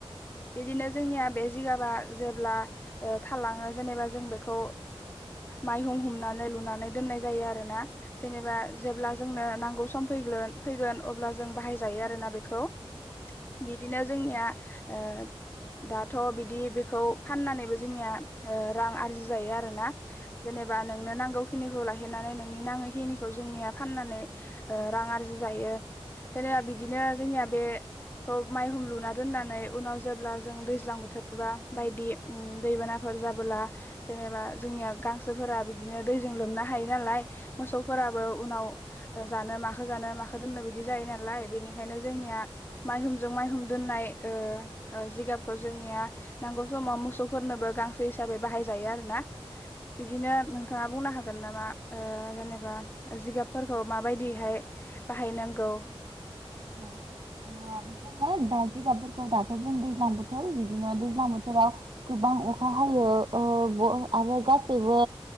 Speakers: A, on the left; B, on the right.
A: बिदिनो जोंनिया बे जिगाबा जेब्ला ओ थालाङो जेनेबा जों बेखौ माइहुं हमनानै लुनानै दोननाय जायो आरो ना जेनेबा जेब्ला जोंनो नांगौ सम फैग्लोन फैगोन, अब्ला जों बाहायजायो आरोना बेखौ। बिदिनो जोंनिया ओ दाथ' बिदि बेखौ फाननानैबो जोंनिया ओ रां आरजि जायो आरोना। जेनेबा नोंनो नांगौ खिनिखौ लाखिनानै नोंनि नाङै खिनिखौ जोंनिया फाननानै ओ रां आरजिजायो। जेनेबा बिदिनो जोंनिया बे खौ माइहुम लुना दोननानै उनाव जेब्ला जों दैज्लां बोथोरबा बायदि दैबाना फोर जाबोला जेनेबा जोंनिया गां सोफोरा बिदिनो दैजों लोमना हायो नालाय। मोसौफोराबो उनाव जानो माखो जानो माखो दोननो बिदि जायो नालाय, बेनि खायनो जोंनिया माइहुमजों माइहुम दोननाय ओ, ओ गाबखौ जोंनिया नांगौ समाव मोसौफोरनोबो गां सो हिसाबै बाहायजायो आरोना। बिदिनो नोंथाङा बुंनो हागोन ना बा ओ जेनेबा जिगाबफोरखौ माबायदिहाय बाहायनांगौ
B: <unintelligible> <unintelligible> दा जिगाफोरखौ दाथ' जों दैज्लां बोथोर बिदिनो दैज्लां बो थोराव गोबां अखा हायो। ब आरो गासैबो